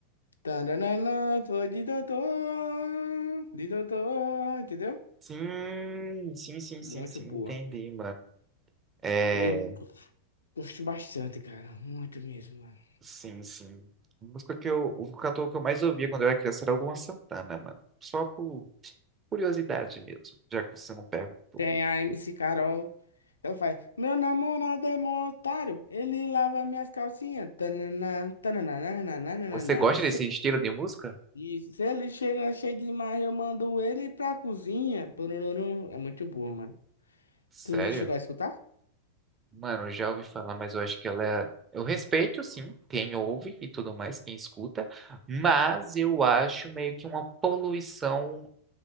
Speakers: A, on the left; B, on the right.
A: Tananana, vou de doutor. De doutor, entendeu?
B: Sim, sim, sim,
A: Muito
B: sim, sim,
A: boa.
B: entendi, mano. É,
A: Eu gosto bastante, cara. Muito mesmo, mano.
B: sim, sim. A música que eu, o único cantor que eu mais ouvia quando eu era criança era o Luan Santana, mano. Só por curiosidade mesmo, já que você não perguntou.
A: Tem a MC Carol. Ela faz. Meu namorado é mó otário. Ele lava minhas calcinhas. Tananã, tananã, nananã, nananã.
B: Você gosta desse estilo de música?
A: Isso. Se ele chega cheio demais, eu mando ele pra cozinha. Pororom. É muito boa, mano.
B: Sério?
A: Tu já chegou a escutar?
B: Mano, eu já ouvi falar, mas eu acho que ela é... Eu respeito, sim, quem ouve e tudo mais, quem escuta, mas eu acho meio que uma poluição